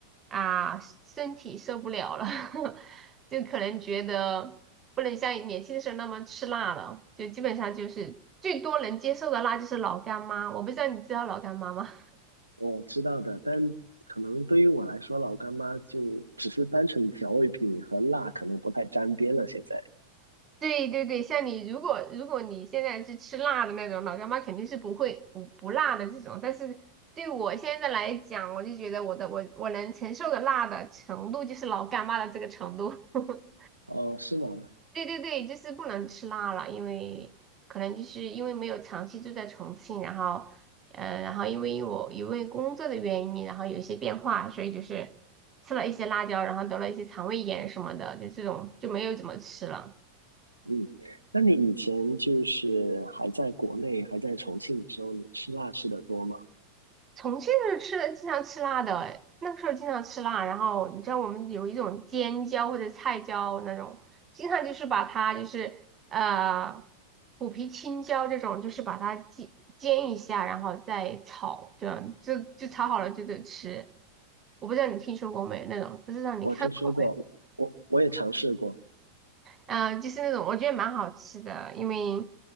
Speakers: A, on the right (about 25°); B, on the right (about 85°).
A: 啊，身体受不了了，<laughs> 就可能觉得不能像年轻的时候那么吃辣了，就基本上就是最多能接受的辣就是老干妈。我不知道你知道老干妈吗？
B: 我知道的，但可能对于我来说，老干妈就只是单纯调味品和辣，可能不太沾边了。现在，
A: <laughs> 对对对，像你如果如果你现在是吃辣的那种老干妈，肯定是不会不不辣的这种。但是对我现在来讲，我就觉得我的我我能承受的辣的程度就是老干妈的这个程度。<laughs>
B: 哦，是吗？
A: 对对对，就是不能吃辣了，因为可能就是因为没有长期住在重庆，然后，嗯，然后因为我因为工作的原因，然后有一些变化，所以就是吃了一些辣椒，然后得了一些肠胃炎什么的，就这种就没有怎么吃了。
B: 嗯，那你以前就是还在国内，还在重庆的时候，你吃辣吃的多吗？
A: 重庆是吃的经常吃辣的，哎那个时候经常吃辣。然后你知道我们有一种尖椒或者菜椒那种，经常就是把它就是呃虎皮青椒这种，就是把它煎煎一下，然后再炒，这样就就炒好了就得吃。我不知道你听说过没那种，不知道你看过没？
B: 我听说过，我我也尝试过。
A: 嗯呃，就是那种我觉得蛮好吃的，因为